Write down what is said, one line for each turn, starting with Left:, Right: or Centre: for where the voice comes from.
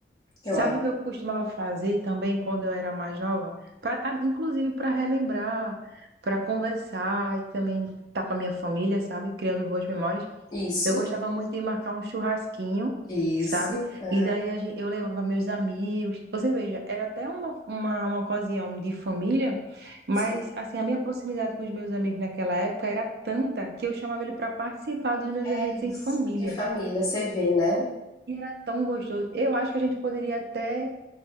Right: Sabe
Left: Eu acho.
Right: o que eu costumava fazer também quando eu era mais nova? Pra, ah, inclusive para relembrar, para conversar e também estar com a minha família, sabe? Criando boas memórias.
Left: Isso,
Right: Eu gostava muito de marcar um churrasquinho,
Left: isso,
Right: sabe?
Left: é.
Right: E daí a gen- eu levava meus amigos. Você veja, era até uma, uma, uma ocasião de família, mas
Left: Sim,
Right: assim, a minha proximidade com os meus amigos naquela época era tanta que eu chamava ele para participar dos meus
Left: é
Right: eventos em
Left: isso.
Right: família.
Left: De família, você vê, né?
Right: E era tão gostoso. Eu acho que a gente poderia até